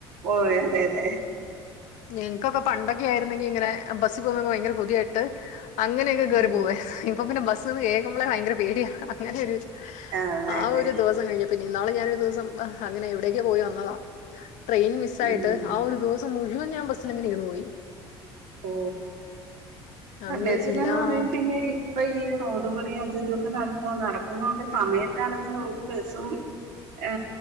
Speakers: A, on the right; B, on the left.
A: ഓ അതെ അതെ
B: ഞങ്ങക്കൊക്കെ പണ്ടൊക്കെ ആയിരുന്നെങ്കി ഇങ്ങനെ ബസ്സിൽ പോവാൻ ഭയങ്കര പൂതിയായിട്ട് അങ്ങനെയൊക്കെ കയറി
A: ഉം
B: പോവേ ഇപ്പൊ പിന്നെ ബസ്ന്ന് കേൾക്കുമ്പോളെ ഭയങ്കര പേടിയാണ് അങ്ങനെയൊരു
A: അതെ
B: ആ
A: അതെ
B: ഒരു ദിവസം കഴിഞ്ഞ പിന്നെ ഇനാളെ ഞാന്നൊരു ഒരു ദിവസം അങ്ങനെ എവിടെക്കൊ പോയി വന്നതാ ട്രെയിൻ മിസ് ആയിട്ട്
A: ഉം
B: ആ ഒരു ദിവസ മുഴുവൻ ഞാൻ ബസ്സിൽ അങ്ങനെ ഇരുന്നുപോയി
A: ഓ
B: അന്ന്
A: അബസിലാന്ന്
B: ഇല്ലാത്ത
A: പറഞ്ഞിട്ട് പിന്നെ ഇപ്പൊ ഈ റോഡുകളി അത് ഇതൊക്കെ നട നടക്കുന്ന കൊണ്ട് സമയത്താണെങ്കിൽ നമുക്ക് ബസ്സും ഏ